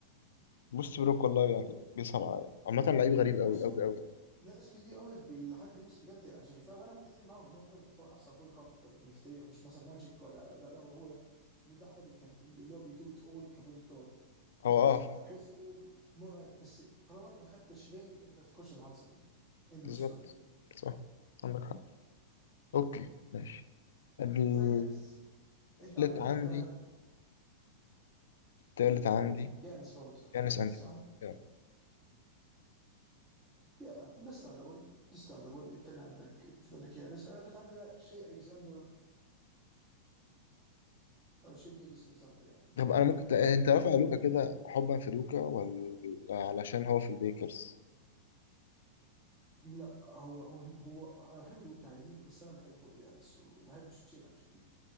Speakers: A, on the left (about 85°); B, on the right (about 25°).
A: بص بروك والله يعني بيصعب عليا عامة لعيب غريب قوي
B: بص
A: قوي
B: هو
A: قوي
B: ناس كتير قوي بال- لحد ما بجد يعني شايفاه وانا ممكن اتفق معاهم ان هو فعلا يعتبر احسن بوينت جارد في الدوري مش في التاريخ مش مثلا ماجيك ولا لا لا هو ده ان ده حرفيا اللي كان اللي هو بيدو ات اول كبوينت جارد ماشي
A: هو اه فاهم
B: كريس بول مرعب بس طالما انت ما خدتش رينج انت مش هتخش المحادثه دي اند
A: بالظبط
B: اوف ستوري
A: صح عندك حق اوكي ماشي التالت
B: فيانس انت عندك
A: عندي
B: انت
A: التالت عندي
B: يانس برضه
A: يانس
B: يانس
A: انتي
B: صح؟
A: يعني.
B: يا اندستاندابل اندستاندابل التاني عندك التاني عندك يانس انا التالت عندي بقى شيء الكسندر او شيء جيرجس الكسندر يعني
A: طب انا ممكن تا- انت رافع لوكا كده حبا في لوكا ولا علشان هو في الليكرز
B: لا هو هو هو انا بحب الواقعيه دي بس انا بحب برضه يعني سو بحب الشيء اكشلي